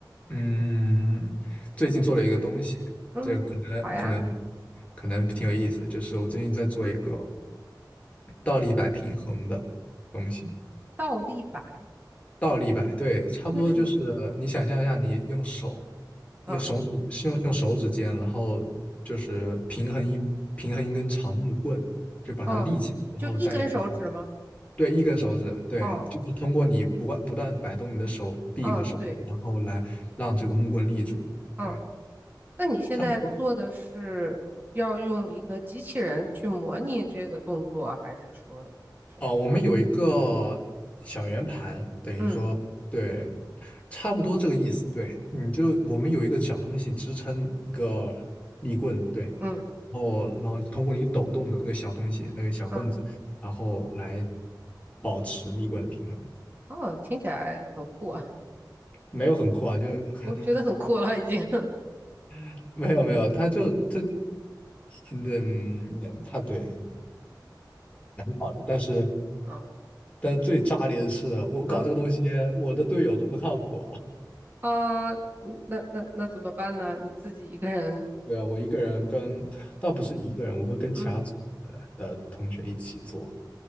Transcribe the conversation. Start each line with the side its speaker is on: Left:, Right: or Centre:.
Left: 嗯，最近做了一个东西，
Right: 嗯，
Left: 这可能可能
Right: 好呀，
Left: 可能挺有意思，就是我最近在做一个倒立摆平衡的东西。
Right: 倒立摆，
Left: 倒立摆，对，差不多就是你想象一下，
Right: 那是，
Left: 你用手，用手指，
Right: 嗯
Left: 是用用手指尖，然后就是平衡一平衡一根长木棍，就把它立起来，
Right: 嗯，
Left: 然后在你手上，
Right: 就一根手指吗？
Left: 对，一根手指，对，
Right: 哦
Left: 就是通过你不断不断摆动你的手臂和手指，
Right: 哦，对，
Left: 然后来让这个木棍立住，
Right: 嗯。
Left: 对，
Right: 那你现在做的是要用一个机器人去模拟这个动作，
Left: 差不多。
Right: 还是说什么？
Left: 哦，我们有一个小圆盘，等于说，
Right: 嗯
Left: 对，差不多这个意思。对，你就我们有一个小东西支撑一个立棍，对，
Right: 嗯
Left: 然后然后通过你抖动的那个小东西，那个小棍子，
Right: 嗯，
Left: 然后来保持立棍的平衡。
Right: 哦，听起来很酷啊，
Left: 没有很酷啊，就很
Right: 我觉得很酷了已经。<laughs>
Left: <laughs> 没有没有，它就它嗯，它对好的，但是
Right: 嗯
Left: 但是最炸裂的是，我搞这个东西，
Right: 嗯
Left: 我的队友都不靠谱。
Right: 啊，嗯那那那怎么办呢？你自己一个人？
Left: 对啊，我一个人跟，倒不是一个人，我会跟其他组呃的同学一起做。
Right: 嗯